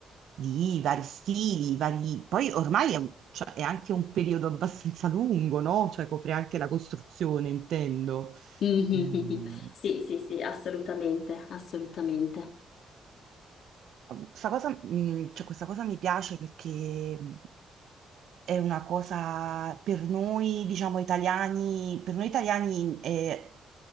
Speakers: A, on the right; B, on the left.
A: di vari stili, vari... poi ormai è, un- cioè, è anche un periodo abbastanza lungo, no? Cioè copre anche la costruzione, intendo.
B: Mhm,
A: Ehm,
B: <laughs> Sì, sì, sì, assolutamente, assolutamente.
A: Questa cosa, mh, cioè, questa cosa mi piace perché mh, è una cosa per noi, diciamo, italiani, per noi italiani è,